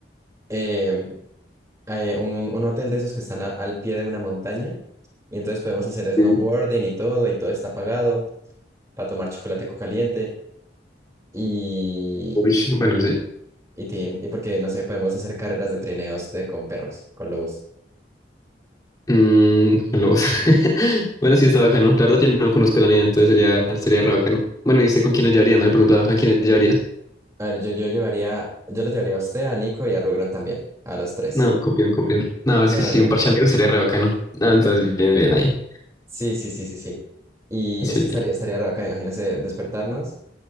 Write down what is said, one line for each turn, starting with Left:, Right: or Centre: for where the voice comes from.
Right: Em, eh, un, un hotel de esos que están a- al pie de una montaña. Y entonces podemos hacer snowboarding
Left: Sí.
Right: y todo, y todo está pagado para tomar chocolate caliente. Y,
Left: Uy, bueno, sí.
Right: y, tin- y porque, no sé, podemos hacer carreras de trineos de, con perros, con lobos.
Left: Mm, con lobos. <laughs> Bueno, sí, está bacano. La verdad, yo no conozco la niña, entonces sería, sería re bacano. Bueno, ¿y usted con quiénes llevaría? No le preguntaba. ¿A quiénes llevaría?
Right: A ver, yo, yo llevaría, yo los llevaría a usted, a Nico y a Rugron también, a los tres.
Left: No, copión, copión. No, es
Right: No,
Left: que sí,
Right: no,
Left: un
Right: no.
Left: parche de amigos sería re bacano. Ah, entonces, bien, bien ahí.
Right: Sí, sí, sí, sí, sí. Y
Left: Sí.
Right: es que estaría, estaría raro acá, imagínese despertarnos